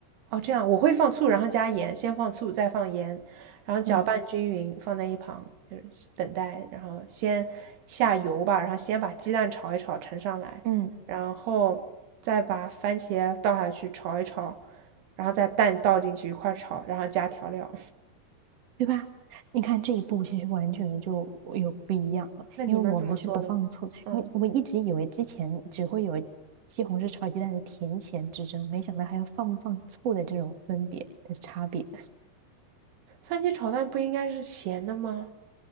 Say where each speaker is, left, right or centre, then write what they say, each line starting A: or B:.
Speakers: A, on the right; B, on the right.
A: 哦，这样我会放醋，然后加盐，先放醋，再放盐，然后搅拌均匀，
B: 嗯
A: 放在一旁，就是等待。然后先下油吧，然后先把鸡蛋炒一炒，盛上来，
B: 嗯，
A: 然后再把番茄倒下去炒一炒，然后再蛋倒进去一块儿炒，然后加调料。
B: 对吧？你看这一步其实完全的就有不一样了，
A: <laughs> 那你们怎么做的？
B: 因为我们是不放醋。
A: 嗯。
B: 然后我一直以为之前只会有西红柿炒鸡蛋的甜咸之争，没想到还有放不放醋的这种分别的差别，
A: 番茄炒蛋不应该是咸的吗？